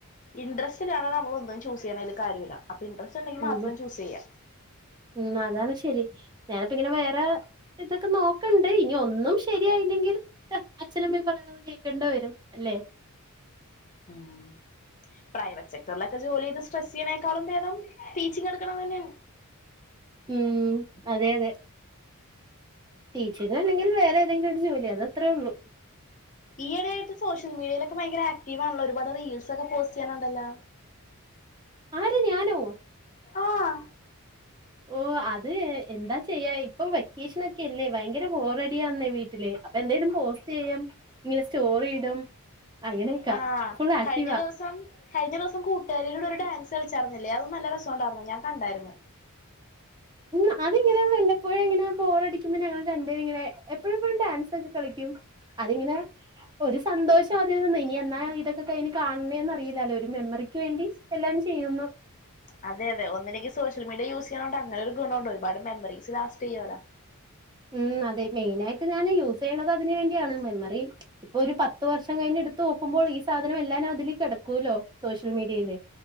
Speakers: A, on the left; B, on the right.
A: ഇൻട്രസ്റ്റ് ഇല്ലാതെ നമ്മള് ഒന്നും ചൂസ് ചെയ്യണേല് കാര്യവില്ല അപ്പ ഇൻട്രസ്റ്റ് ഉണ്ടെങ്കി
B: ഉം
A: മാത്രം
B: ഹും.
A: ചൂസ് ചെയ്യാം
B: ഉം അതാണ് ശെരി ഞാനിപ്പ ഇങ്ങനെ വേറെ ഇതൊക്കെ നോക്കണ്ട് ഇനി ഒന്നും ശരിയായില്ലെങ്കിൽ അച്ഛനമ്മേ പറയുന്ന പോലെ കേൾക്കേണ്ട വരും അല്ലെ
A: ആഹ് പ്രൈവറ്റ് സെക്ട്ടറിലൊക്കെ ജോലി ചെയ്ത് സ്‌ട്രെസ് ചെയ്യനേക്കാളും ഭേദം ടീച്ചിങ് എടുക്കണതന്നെയാണ്
B: ഉം അതെ അതെ ടീച്ചർ അല്ലെങ്കിൽ വേറെ ഏതെങ്കിലും ഒരു ജോലി അത് അത്രേ ഉള്ളൂ
A: ഈ ഇടയായിട്ട് സോഷ്യൽ മീഡിയയിലൊക്കെ ഭയങ്കര ആക്റ്റീവാണല്ലൊ ഒരുപാട് റീൽസ് ഒക്കെ പോസ്റ്റ് ചെയ്യണുണ്ടല്ലോ.
B: ആര് ഞാനോ
A: ആഹ്
B: ഓ അത് എന്താ ചെയ്യാ ഇപ്പൊ വെക്കേഷനൊക്കെല്ലേ ഭയങ്കര ബോറഡിയാന്നേ വീട്ടില് അപ്പൊ എന്തെലും പോസ്റ്റ് ചെയ്യും ഇങ്ങനെ സ്റ്റോറി ഇടും അങ്ങനെയൊക്കാ
A: ആഹ്
B: ഫുൾ ആക്റ്റീവാ
A: കഴിഞ്ഞ ദിവസം കഴിഞ്ഞ ദിവസം കൂട്ടുകാരിടെ ഒരു ഡാൻസ് കളിച്ചാരുന്നില്ലേ അതും നല്ല രസം ഉണ്ടായിരുന്നു ഞാൻ കണ്ടായിരുന്നു.
B: ഉം അതിങ്ങനെ വല്ലപ്പോഴും ഇങ്ങനെ ബോറടിക്കുമ്പോ ഞങ്ങൾ രണ്ടേരു ഇങ്ങനെ എപ്പോഴെപ്പോഴും ഡാൻസ് ഒക്കെ കളിക്കും അതിങ്ങനെ ഒരു സന്തോഷം അതിൽ നിന്ന് ഇനി എന്നാ ഇതൊക്കെ കഴിഞ്ഞ് കാണണേന്ന് അറിയില്ലാല്ലോ ഒരു മെമ്മറിക്ക് വേണ്ടി. എല്ലാം ചെയ്യുന്നു
A: അതെ അതെ ഒന്നെല്ലെങ്കി സോഷ്യൽ മേഡിയ യൂസ് ചെയ്യണോണ്ട് അങ്ങനെ ഒരു ഗുണുണ്ട് ഒരുപാട് മെമ്മറിസ് ലാസ്റ്റ് ചെയ്യുവല്ലോ
B: ഉം അതെ മെയിന് ആയിട്ട് ഞാന് യൂസ് ചെയ്യണത് അതിന് വേണ്ടിയാണ് മെമ്മറി ഇപ്പൊ ഒരു പത്ത് വർഷം കഴിഞ്ഞ് എടുത്ത് നോക്കുമ്പോൾ ഈ സാധനം എല്ലാന് അതില് കെടക്കൂല്ലോ സോഷ്യൽ മീഡിയയില്